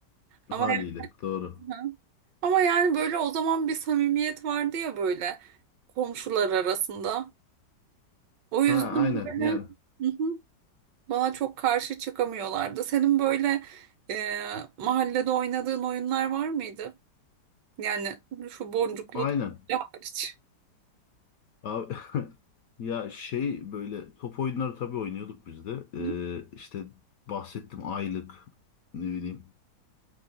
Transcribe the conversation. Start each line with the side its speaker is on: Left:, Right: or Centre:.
Right: Ama
Left: Haliyle. Doğru.
Right: <laughs> ama yani böyle o zaman bir samimiyet vardı ya böyle komşular arasında. O yüzden
Left: Ha aynen.
Right: böyle...
Left: Yani
Right: Hı hı. Bana çok karşı çıkamıyorlardı. Senin böyle e, mahallede oynadığın oyunlar var mıydı? Yani şu boncuklu
Left: Aynen.
Right: da hariç.
Left: Abi, <laughs> ya şey böyle top oyunları tabii oynuyorduk biz de. Ee,
Right: Hı
Left: işte bahsettim aylık ne bileyim.